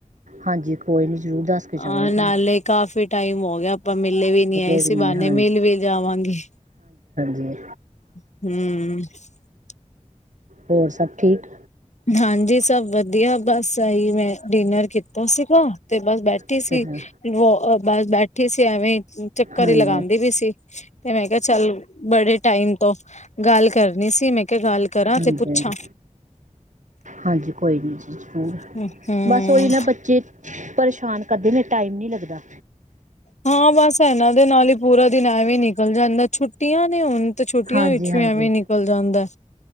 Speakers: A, on the right; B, on the left.
A: ਹਾਂਜੀ ਕੋਈ ਨਹੀਂ ਜ਼ਰੂਰ ਦੱਸ ਕੇ ਜਾਵਾਂਗੀ
B: ਆਂ
A: ਤੁਹਾਨੂੰ
B: ਨਾਲੇ ਕਾਫੀ ਟਾਈਮ ਹੋ ਗਿਆ ਆਪਾਂ ਮਿਲੇ ਵੀ ਨੀਂ
A: ਮਿਲੇ
B: ਏਸੈ
A: ਨਹੀਂ
B: ਬਾਨੇ੍
A: ਹਾਂਜੀ
B: ਮਿਲ ਵੀ ਜਾਵਾਂਗੀ।
A: ਜੀ।
B: ਹਂ
A: ਹੋਰ ਸਭ ਠੀਕ
B: ਹਾਂਜੀ, ਸਭ ਵਧੀਆ ਬਸ ਆਹੀ ਮੈਂ ਡਿਨਰ ਕੀਤਾ ਸੀਗਾ ਤੇ ਬਸ ਬੈਠੀ
A: ਅੱਛਾ
B: ਸੀ
A: ਅੱਛਾ
B: ਬਸ ਬੈਠੀ ਸੀ ਐਵੇਂ ਚੱਕਰ
A: ਹਾਂਜੀ
B: ਹੀ ਲਗਾਉਂਦੀ ਵੀ ਸੀ ਤੇ ਮੈਂ ਕਿਆ ਚੱਲ ਬੜੇ ਟਾਈਮ ਤੋਂ ਗੱਲ ਕਰਨੀ ਸੀ, ਮੈਂ ਕਿਆ ਗੱਲ ਕਰਾਂ
A: ਹਾਂਜੀ
B: ਤੇ ਪੁੱਛਾਂ।
A: ਹਾਂਜੀ ਹਾਂਜੀ, ਕੋਈ ਨੀ ਜੀ। <unintelligible>
B: ਹਮ ਹਮ,
A: ਬਸ ਓਹੀ ਨਾ, ਬੱਚੇ ਪਰੇਸ਼ਾਨ ਕਦੇ ਵੀ ਟਾਈਮ ਨਹੀਂ ਲਗਦਾ।
B: ਹਾਂ, ਬਸ ਇਹਨਾਂ ਦੇ ਨਾਲ ਹੀ ਪੂਰਾ ਦਿਨ ਐਵੇਂ ਨਿਕਲ ਜਾਂਦਾ। ਛੁੱਟੀਆਂ ਨੇ ਹੁਣ। ਤੇ ਛੁੱਟੀਆਂ
A: ਹਾਂਜੀ
B: ਵਿੱਚੋਂ
A: ਹਾਂਜੀ
B: ਐਵੇਂ ਨਿਕਲ ਜਾਂਦਾ।